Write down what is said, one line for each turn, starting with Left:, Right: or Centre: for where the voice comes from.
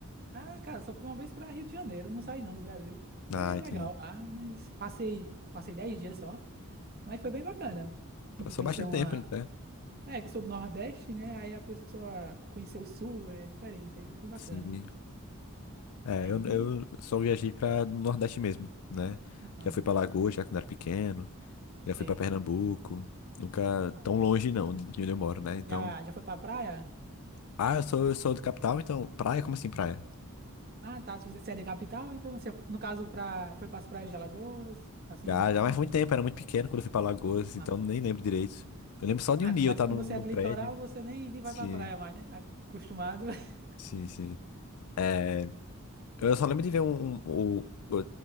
Right: Ah, cara, só fui uma vez para Rio de Janeiro, não saí não do Brasil. Foi
Left: Ah, entendi.
Right: legal lá, mas passei, passei 10 dias só, mas foi bem bacana. Tipo,
Left: Passou
Right: conhecer
Left: bastante
Right: uma.
Left: tempo, né?
Right: É, que eu sou do Nordeste, né? Aí a pessoa conhecer o Sul é diferente, aí é bem bacana.
Left: Sim. É,
Right: Aí,
Left: eu, eu só viajei pra Nordeste mesmo, né?
Right: ah,
Left: Já fui pra Lagoa, já quando era pequeno.
Right: sei.
Left: Já fui pra Pernambuco. Nunca
Right: Ah,
Left: tão longe, não, de onde eu moro, né? Então.
Right: já, já foi pra praia?
Left: Ah, eu sou, eu sou do capital, então. Praia? Como assim, praia?
Right: Ah, tá. Você é de capital, então você, no caso, pra, foi pras praias de Alagoas, assim,
Left: Já,
Right: esses
Left: já,
Right: cantos?
Left: mas foi muito tempo, era muito pequeno quando eu fui pra Alagoas,
Right: Ah,
Left: então nem lembro direito. Eu lembro só de
Right: Ah,
Left: um dia
Right: mas
Left: eu estar
Right: como
Left: num,
Right: você
Left: num
Right: é do
Left: prédio.
Right: litoral, você nem, nem vai
Left: Sim,
Right: pra praia mais, né? Tá acostumado. <laughs>
Left: sim, sim. É, eu só lembro de
Right: É.
Left: ver um. um, o- o-